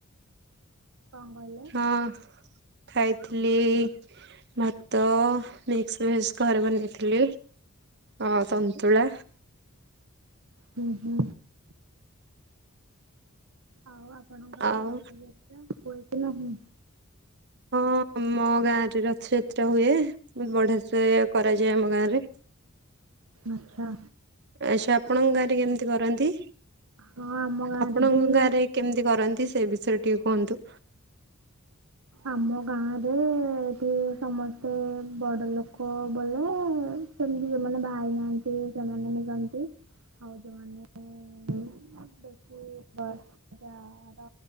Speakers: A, on the right; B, on the right.
A: କଣ କହିଲ?
B: ହଁ ଖାଇଥିଲି ଭାତ ମିକ୍ସ ଭେଜ୍ ଘରେ ବନେଇଥିଲି ଆଉ ତନ୍ତୁଳା।
A: ହୁଁ ହୁଁ। ଆଉ ଆପଣଙ୍କ ଆଡେ
B: ଆଉ
A: ରଥଯାତ୍ରା ହୁଏ କି ନାହିଁ?
B: ହଁ ହୁଁ। ଆମ ଗାଁରେ ରଥଯାତ୍ରା ହୁଏ। ବଢିଆ ସେ କରାଯାଏ ଆମ ଗାଁରେ।
A: ଆଚ୍ଛା।
B: ଆଚ୍ଛା ଆପଣଙ୍କ
A: ଆଉ ଆପଣ
B: ଗାଁରେ କେମିତି କରନ୍ତି?
A: ହଁ ଆମ ଗାଁରେ
B: ଆପଣଙ୍କ
A: ବିି
B: ଗାଁରେ କେମିତି କରନ୍ତି ସେ ବିଷୟରେ ଟିକେ କୁହନ୍ତୁ।
A: ଆମ ଗାଁରେ ଏଠି ସମସ୍ତେ ବଡ଼ ଲୋକ ବେଲେ ସେମିତି ଯୋଉମାନେ ବାହା ହେଇ ନାହାନ୍ତି ସେମାନେ ନେଇଯାଆନ୍ତି। ଆଉ ଯୋଉମାନେ ଉଁ ସେଠି। <unintelligible> ହଁ